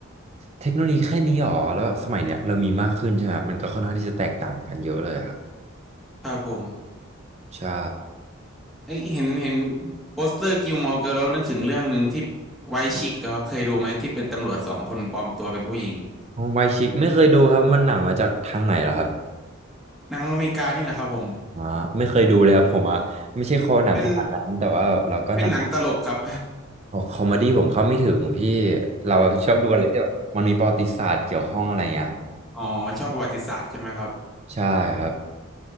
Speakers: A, on the right; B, in the centre.
A: เทคโนโลยีแค่นี้หรอแล้วแบบสมัยเนี้ยเรามีมากขึ้นใช่ไหม มันก็ค่อนข้างที่จะแตกต่างกันเยอะเลยอะครับ
B: ครับผม
A: ใช่
B: เอ้ยเห็นเห็นโปสเตอร์กิลมอร์เกิร์ลแล้วนึกถึงเรื่องหนึ่งที่ไวท์ชิคครับเคยดูไหมที่เป็นตำรวจสองคนปลอมตัวเป็นผู้หญิง
A: ไวชิกไม่เคยดูครับมันหนังมาจากทางไหนเหรอครับ
B: หนังอเมริกานี่แหละครับผม
A: อ่าไม่เคยดูเลยครับผมอ่ะไม่ใช่คอหนังขนาดนั้นแต่ว่าเราก็นาน
B: เป็นเป็นหนังตลกครับ
A: ๆโอ้คอมเมดี้ผมเข้าไม่ถึงพี่ เราชอบดูอะไรที่แบบมันมีประวัติศาสตร์เกี่ยวข้องอะไรเงี้ย
B: <laughs> อ๋อชอบประวัติศาสตร์ใช่ไหมครับ
A: ใช่ครับ